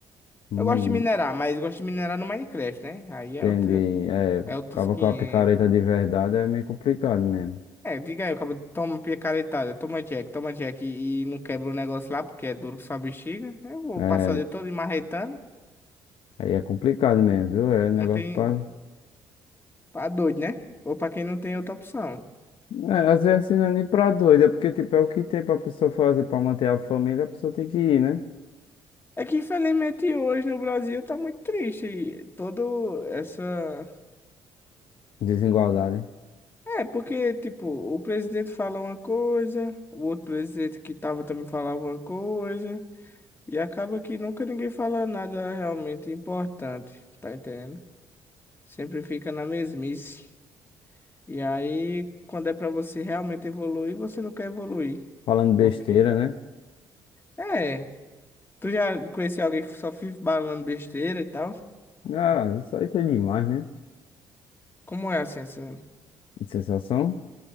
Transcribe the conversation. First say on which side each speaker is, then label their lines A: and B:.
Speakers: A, on the left; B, on the left.
A: Hum,
B: Eu gosto de minerar, mas gosto de minerar no Minecraft, né? Aí é
A: entendi.
B: outro,
A: É,
B: é outros
A: acaba
B: 500.
A: com a picareta de verdade é meio complicado mesmo.
B: É, diga aí, eu acabo toma picaretada, toma Jack, toma Jack e, e não quebra o negócio lá porque é duro que só uma bexiga. Eu vou
A: É,
B: passar o dia todo marretando.
A: aí é complicado mesmo, viu? É um negócio
B: Não tem.
A: pra.
B: Pra doido, né? Ou pra quem não tem outra opção.
A: É, às vezes assim, não é nem pra doido, é porque tipo, é o que tem pra pessoa fazer pra manter a família, a pessoa tem que ir, né?
B: É que infelizmente hoje no Brasil tá muito triste. e Todo essa.
A: Desigualdade.
B: É, porque, tipo, o presidente fala uma coisa, o outro presidente que tava também falava uma coisa. E acaba que nunca ninguém fala nada realmente importante, tá entendendo? Sempre fica na mesmice. E aí, quando é pra você realmente evoluir, você não quer evoluir.
A: Falando
B: Por
A: besteira,
B: quê?
A: né?
B: É. Tu já conheceu alguém que só fica balando besteira e tal?
A: Ah, isso aí tem demais, né?
B: Como é assim, essa...
A: Sensação.